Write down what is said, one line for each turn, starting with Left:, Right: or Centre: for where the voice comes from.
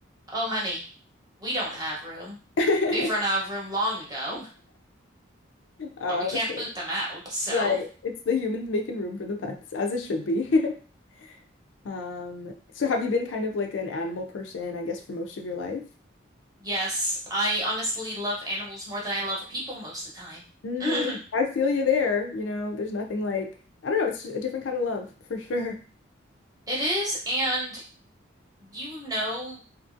Right: Oh, honey, we don't have room.
Left: <laughs>
Right: We've run out of room long ago,
Left: Oh,
Right: but we can't
Left: okay.
Right: boot them out, so.
Left: Right. It's the humans making room for the pets, as it should be. <laughs> Um, so have you been kind of like an animal person, I guess, for most of your life?
Right: Yes, I honestly love animals more than I love people most of the time.
Left: hmm
Right: <laughs>
Left: I
Right: <clears throat>
Left: feel you there. You know, there's nothing like I don't know, it's just a different kind of love <laughs> for sure.
Right: It is, and you know,